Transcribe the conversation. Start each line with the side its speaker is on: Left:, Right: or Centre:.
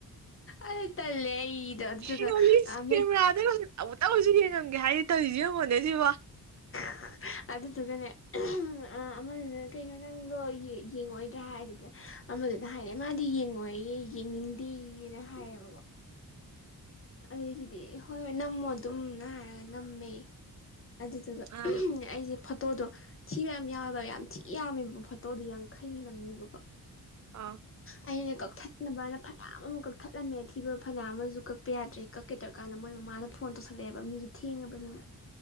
Left: ꯑꯗꯨ ꯇꯜꯂꯦ ꯑꯩꯗꯣ ꯑꯗꯨꯗꯨꯒ
Right: ꯏꯩꯅꯁ
Left: ꯑꯃ
Right: ꯀꯔꯥꯗ <unintelligible> ꯇꯕꯨꯛꯇꯧꯁꯨ ꯌꯦꯡꯉꯝꯒꯦ ꯍꯥꯏꯗꯤ ꯇꯧꯔꯤꯁꯤ ꯌꯦꯡꯉꯣꯅꯦ ꯁꯤꯕꯣ
Left: ꯍ ꯑꯗꯨꯗꯨꯒꯅꯦ ꯑꯃꯗꯨꯅ ꯀꯩꯅꯣ ꯅꯪꯗꯣ ꯌꯦꯡꯉꯣꯏꯗ꯭ꯔꯥ ꯍꯥꯏꯗꯨꯗ ꯑꯃꯗꯨꯅ ꯍꯥꯏꯔꯦ ꯃꯥꯗꯤ ꯌꯦꯡꯉꯣꯏꯌꯦ ꯌꯦꯡꯅꯤꯡꯗꯦꯅ ꯍꯥꯏꯌꯦꯕꯀꯣ ꯑꯗꯨꯒꯤꯗꯤ ꯍꯣꯏ ꯍꯣꯏ ꯅꯝꯃꯣ ꯑꯗꯨꯝꯅ ꯍꯥꯏꯔꯒ ꯅꯝꯃꯦ ꯑꯗꯨꯗꯨꯒ
Right: ꯑꯥ
Left: ꯑꯩꯁꯦ ꯐꯣꯇꯣꯗꯣ ꯊꯤꯕ ꯌꯥꯝ ꯌꯥꯎꯗꯕ ꯌꯥꯝ ꯊꯤ ꯌꯥꯝꯃꯦꯕ ꯐꯣꯇꯣꯗꯨ ꯌꯥꯡ ꯈꯩꯍ‌ꯦꯜꯂꯝꯅ‌ꯦꯕꯀꯣ
Right: ꯑꯥ
Left: ꯑꯩꯅ ꯀꯛꯊꯠꯅꯕꯅ ꯐꯅꯌꯥꯝ ꯑꯃ ꯀꯛꯊꯠꯂꯝꯃꯦ ꯑꯊꯤꯕ ꯐꯅꯌꯥꯝ ꯑꯃꯁꯨ ꯀꯛꯄ ꯌꯥꯗ꯭ꯔꯦ ꯀꯛꯀꯦꯗ꯭ꯔꯀꯥꯟꯗ ꯃꯣꯏ ꯃꯃꯥꯅ ꯐꯣꯟ ꯇꯧꯁꯜꯂꯛꯑꯦꯕ ꯃꯤꯁꯨ ꯊꯦꯡꯉꯕꯅꯤ